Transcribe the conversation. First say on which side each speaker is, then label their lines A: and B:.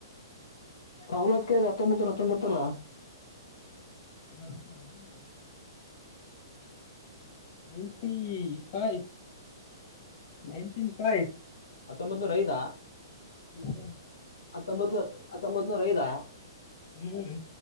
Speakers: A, on the left (about 60°); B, on the left (about 40°).
A: ಔಲದ ಕಾಯ್ದೆ ಹತಂಬತ್ತನೊರ ಹತಂಬತ್ತಲ್ಲ
B: ನ ಅಲ್ಲ ರಿ ನೈಂಟಿ ಫೈ ನೈಂಟಿನ ಫೈವ್
A: ಹತ್ತೊಂಬತ್ ನೂರ ಐದಾ
B: ಹ್ಮ
A: ಹತ್ತೊಂಬತ್ನೂರ್ ಹತ್ತೊಂಬತ್ ನೂರ ಐದಾ
B: ಹ್ಮ್